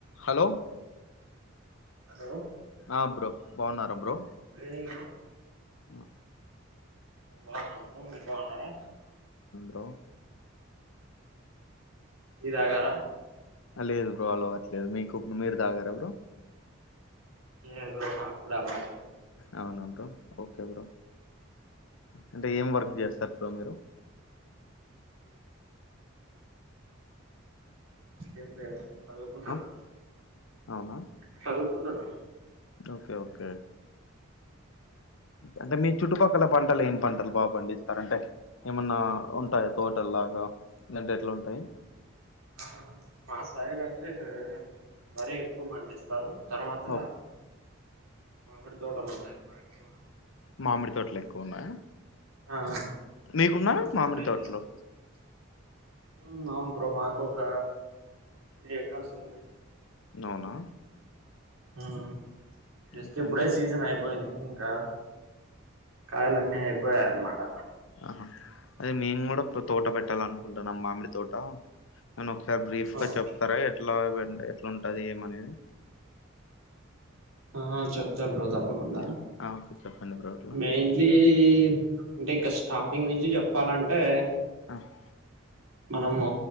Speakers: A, on the left; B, on the right.
A: Hello
B: hello
A: ఆ bro బాగున్నారా bro
B: good evening bro
A: అ
B: బాన్నాం నువ్ మీరు బాన్నారా
A: లో
B: టీ తాగారా
A: లేదు బ్రో అలవాటు లేదు మీకు మీరు తాగారా బ్రో
B: లేదు బ్రో నా కూడా అలవాటు లేదు
A: అవునా బ్రో ఓకే బ్రో అంటే ఏం వర్క్ చేస్తారు బ్రో మీరు
B: ఏం లేదా చదువుకుంటున్న
A: ఆ అవునా
B: చదువు కుంటున్న
A: ఓకే ఓకే అంటే మీ చుట్టుపక్కల పంటలు ఏం పంటలు బాగా పండిస్తారు అంటే ఏమన్నా ఉంటాయి తోటల్లాగా <unintelligible> ఎట్లు ఉంటాయ్
B: ఆ మా సైడ్ అంటే వరి ఎక్కువ పండిస్తారు తర్వాత
A: ఓకే
B: మామిడి తోటలు ఉంటాయి బ్రో ఎక్కువ
A: మామిడి తోటలు ఎక్కువ ఉన్నాయా
B: ఆ
A: మీకున్న మామిడి
B: ఇప్పుడే
A: తోటలు
B: ఉమ్ అవును బ్రో మాకు ఒక త్రీ ఎకర్స్ ఉంది
A: నవునా
B: హ్మ్ జస్ట్
A: ఓకే
B: ఇప్పుడే
A: అంటే
B: సీజన్ అపోయింది ఇంకా కాయలున్నీ అయిపోయాయి అనమాట
A: ఆహా అదే మేమ్ కూడా తోట పెట్టాలఅనుకుంటా న మామిడి తోట నను ఒకసారి బ్రీఫ్ గా
B: ఓకే
A: చెప్తారా, ఎట్లా ఎట్లా ఉంటది. ఏమనేది
B: ఆహా చెప్త బ్రో తప్ తప్పకుండా
A: యా. ఆ ఓకే చెప్పండి బ్రో అట్లా
B: మెయిన్లీ అంటే ఇంకా స్టార్టింగ్ నుంచి చె చెప్పాలంటే
A: ఆ హ్
B: మనము